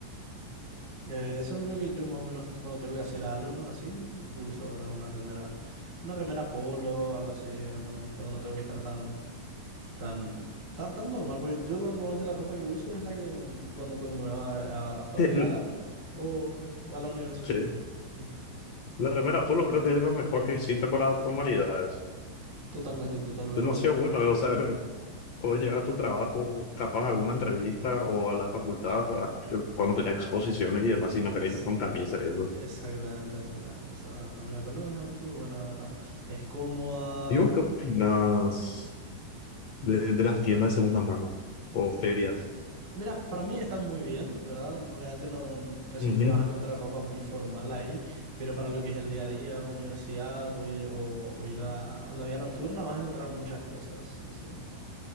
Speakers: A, on the right; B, on the left.
A: Eh, eso es lo que yo más o menos cuando tengo que hacer algo así, uso ahora una remera, una remera polo, algo así, una- cuando no tengo que estar tan, tan, tan, tan normal, porque yo lo- normalmente la ropa que uso es la que cuando, cuando me va a, a farrear
B: eh,
A: o, o a la universidad.
B: Sí,
A: Ujú.
B: la remera polo creo que es lo mejor que existe para formalidades.
A: Totalmente, totalmente.
B: Es demasiado bueno, o sea, puedes llegar a tu trabajo, capaz a alguna entrevista o a la facultad, a- cuando tenés exposiciones y demás, y no
A: Es,
B: querés ir con camisa y eso.
A: exactamente, exactamente. Esa remera pelo es muy buena, la ¿verdad? Es cómoda.
B: Digo, ¿qué opinas de,
A: de qué
B: de las tiendas de segunda mano o ferias?
A: Mira, para mí están muy bien, ¿verdad? Obviamente no, casi
B: Ujú.
A: nunca vas a encontrar ropa muy formal ahí, pero para lo que es el día a día, universidad o, ir o- o ir a la, o la vida nocturna, vas a encontrar muchas cosas, así,